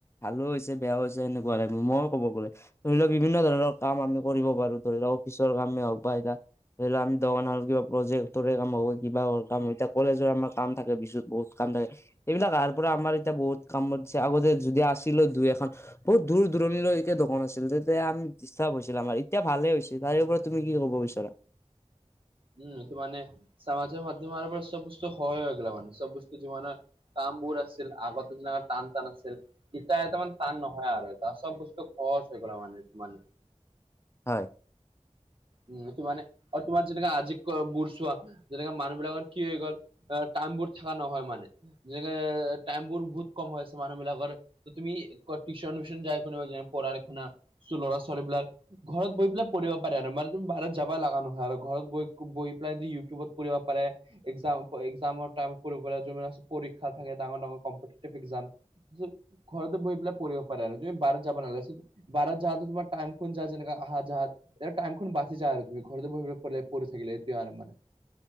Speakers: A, on the left (about 20°); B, on the right (about 45°).
A: ভালো হৈছে বেয়াও হৈছে এনেকুৱা টাইপৰ মই ক'ব গ'লে, ধৰি লোৱা বিভিন্ন ধৰণৰ কাম আমি কৰিব পাৰো ধৰি লোৱাক অফিচৰ কামেই হওক বা এতিয়া ধৰি লওক আমি দোকান কিবা প্ৰজেক্টৰে কাম কিবা কাম এতিয়া কলেজৰ আমাৰ কাম থাকে বিছুত বহুত কাম থাকে। এইবিলাক আহাৰ পৰা আমাৰ এতিয়া বহুত কাম বাছিছে আগতে যদি আছিলো দুই এখন বহুত দূৰ দূৰণিলৈ একে দোকন আছিল তেতিয়া আমি ডিষ্টাৰ্ব হৈছিল আমাৰ এতিয়া ভালে হৈছিল তাৰে ওপৰত তুমি কি ক'ব বিচাৰা?
B: উমটো মানে সমাজিক মাধ্যমে চব বস্তু সহজ হৈ গল মানে চব বস্তু যিমানে কামবোৰ আছিল আগতে যেনেকুৱা টান টান আছিল। ইতয়া <unintelligible> তান নহয় আৰু চব বস্তু খহচ হৈ গল মানে তান
A: হয়।
B: উম তোমানে তোমাৰ <unintelligible> যেনে আজি বুুৰ চোৱা যেনেকাে মানুহ বিলাকৰ কি হৈ গ'ল টাইম বোৰ চাহ নহয় মানে। যেনেকে টাইম বোৰ বহুত কম হৈ আছে মানুহ বিলাকৰ। তুমি টউশ্যন উচন যায় পঢ়াৰ শুনা ল'ৰা ছোৱালীবিলাক। ঘৰত বহি পেলাই পঢ়িব পাৰে আৰু মান বাহিৰত যাব লাগা নহয় আৰু ঘৰত বহি পেলাই যদি ইউটিউবত পঢ়িব পাৰে একাম এক্সামৰ টাইমত পৰি পীক্ষা থাকে ডাঙৰ ডাঙৰ কম্পিতিশেপ এক্সাম। ঘৰতে বহি পেলাই পঢ়িব পাৰে তুমি বাহিৰত যাব নালাগে। বাহিৰত যাওঁতে তোমাৰ টাইমখন যায় যেনেক আহা যাহাত সেই টাইমখন যা আৰু তুমি ঘৰতে বহি পঢ়ি থাকিলে এতিয়া আৰু মানে